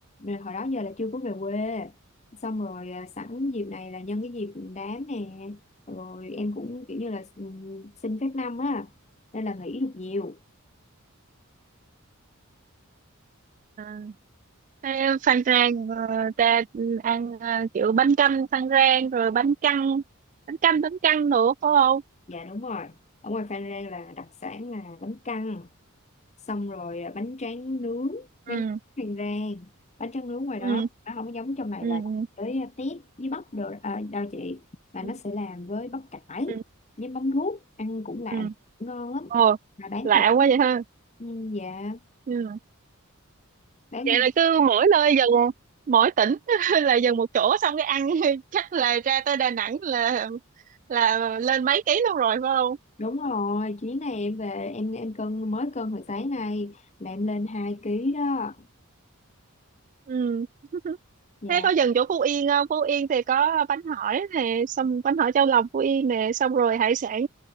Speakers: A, on the left; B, on the right.
A: hồi đó giờ là chưa có về quê xong rồi à, sẵn dịp này là nhân cái dịp đám nè rồi em cũng kiểu như là ừ, xin phép năm á nên là nghỉ được nhiều
B: À, thế Phan Rang ờ, ra ừ, ăn ờ, kiểu bánh canh Phan Rang rồi bánh căn, bánh canh bánh căn nữa phải không?
A: dạ đúng rồi ở ngoài Phan Rang là đặc sản là bánh căn xong rồi à, bánh tráng nướng
B: Ừ,
A: bánh tráng rang bánh tráng nướng ngoài
B: ừ,
A: đó nó không có giống trong này
B: ừ,
A: là tới à, tép với bắp đồ à, đâu chị là
B: ừ,
A: nó sẽ làm với bắp cải
B: ừ,
A: với mắm ruốc ăn cũng làm
B: ừ.
A: cũng ngon lắm
B: Ồ,
A: mà bán
B: lạ
A: rẻ
B: quá vậy ha.
A: ừ, dạ
B: Ừ.
A: bán
B: Vậy là cứ mỗi nơi dần mỗi tỉnh <laughs> là dần một chỗ xong cái ăn <laughs> chắc là ra tới Đà Nẵng là là lên mấy ký luôn rồi phải không?
A: đúng rồi chuyến này em về em em cân mới cân hồi sáng nay là em lên 2 ký đó
B: Ừ.
A: dạ
B: Thế có dừng chỗ Phú Yên không? Phú Yên thì có bánh hỏi nè, xong bánh hỏi chao lòng Phú Yên nè, xong rồi hải sản.